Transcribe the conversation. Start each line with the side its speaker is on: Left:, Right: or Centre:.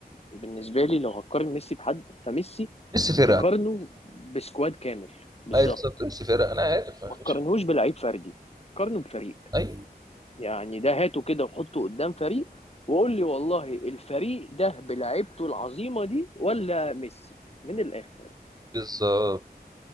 Left: بالنسبه لي لو هقارن ميسي بحد فميسي
Right: ميسي فرقه
Left: تقارنه بسكواد كامل بالظبط
Right: اي بالظبط بس فرق انا عارف أنا
Left: ما تقارنهوش
Right: مش-
Left: بلعيب فردي قارنه بفريق
Right: اي
Left: يعني ده هاته كده وحطه قدام فريق وقول لي والله الفريق ده بلعيبته العظيمة دي ولا ميسي من الآخر
Right: بالظبط